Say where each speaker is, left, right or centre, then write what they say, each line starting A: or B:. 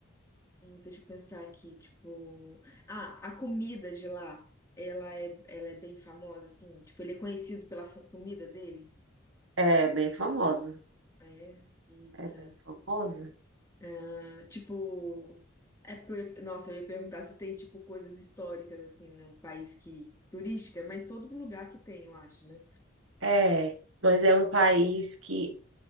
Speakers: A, on the left (about 15°); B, on the right (about 80°).
A: hum, deixa eu pensar aqui, tipo, ah, a comida de lá, ela é, ela é bem famosa, assim, tipo, ele é conhecido pela fa- comida dele.
B: É bem famosa.
A: É, eita.
B: É bem famosa.
A: Ah, tipo, é porque eu ia, nossa, eu ia perguntar se tem tipo coisas históricas assim no país que turística, mas todo lugar que tem, eu acho, né?
B: É, mas é um país que,